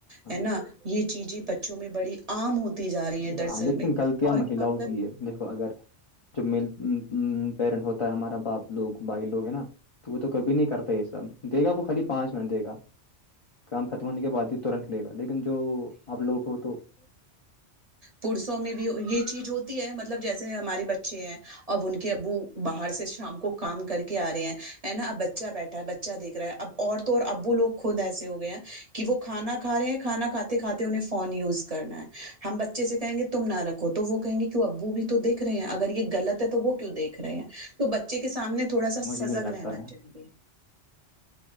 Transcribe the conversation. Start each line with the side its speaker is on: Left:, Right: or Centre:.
Left: ہاں
Right: ہے نا یہ چیزیں بچوں میں بڑی عام ہوتی جا رہی ہیں
Left: ہاں
Right: دراصل
Left: لیکن
Right: میں
Left: غلطیاں
Right: اور
Left: مہیلاؤں
Right: کیا ہوتا ہے
Left: کی اگر <unintelligible> <unintelligible> جو میل پیرنٹ ہوتا ہے ہمارا باپ لوگ بھائی لوگ ہیں نا تو وہ تو کبھی نہیں کرتا یہ سب دے گا وہ خالی پانچ منٹ دے گا کام ختم ہونے کے بعد ہی تورنت لے گا لیکن جو آپ لوگ ہو تو
Right: پسوں میں بھی یہ چیز ہوتی ہے مطلب جیسے ہمارے بچے ہیں اب ان کے ابو باہر سے شام کو کام کر کے آ رہے ہیں ہے نا اب بچہ بیٹھا ہے بچہ دیک رہا ہے اب اور تو اور اب وہ لگ خود ایسے ہو گئے ہیں وہ کھانا کھا رہے ہیں کھانا کھاتے کھاتے انہیں فون یوز کرنا ہے ہم بچے سے کہیں گے تو تم نہ رکھو تو وہ کہیں گے کہ ابو بھی تو دیکھ رہ ہیں اگر یہ غلت تو وہ کیوں دیکھ رہے ہیں تو بچے کے سامنے تھوڑا سا
Left: مجھے
Right: سزگ
Left: نہیں لگتا
Right: رہنا چاہیے
Left: ہے